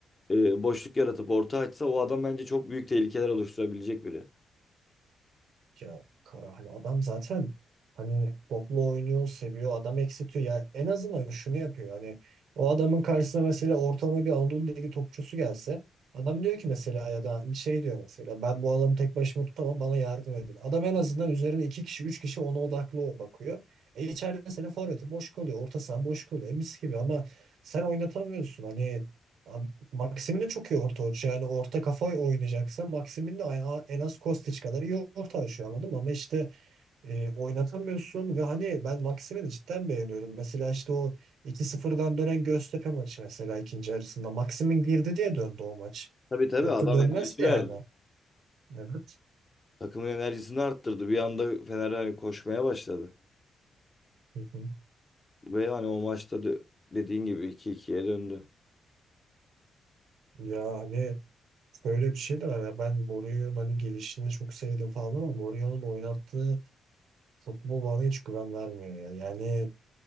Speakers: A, on the left; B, on the right.
A: e, boşluk yaratıp orta açsa o adam bence çok büyük tehlikeler oluşturabilecek biri.
B: Ya Kara hani adam zaten hani toplu oynuyor, seviyor, adam eksiltiyor. Yani en azından şunu yapıyor. Hani o adamın karşısına mesela ortalama bir Anadolu Ligi topçusu gelse adam diyor ki mesela ya da şey diyor mesela ben bu adamı tek başıma tutamam bana yardım edin. Adam en azından üzerine iki kişi, üç kişi ona odaklı bakıyor. E içeride senin forveti boş kalıyor, orta sahan boş kalıyor. E mis gibi ama sen oynatamıyorsun. Hani Maxim'in de çok iyi orta oyuncu. Yani orta kafa oynayacaksa Maxim'in de aynı- en az Kostić kadar iyi orta oyuncu anladın mı? ama işte e, oynatamıyorsun ve hani ben Maxim'i de cidden beğeniyorum. Mesela işte o iki sıfırdan dönen Göztepe maçı mesela ikinci yarısında Maxim'in girdi diye döndü o maç.
A: Tabii tabii
B: Yoksa
A: adam
B: dönmezdi
A: enerji
B: yani.
A: verdi.
B: Evet.
A: Takımın enerjisini arttırdı. Bir anda Fener hani koşmaya başladı.
B: Hı hı.
A: Ve hani o maçta de- dediğin gibi iki ikiye döndü.
B: Ya hani böyle bir şey de var. ya. Ben Mourinho'nun hani gelişini çok sevdim falan ama Mourinho'nun oynattığı futbol bana hiç güven vermiyor ya. Yani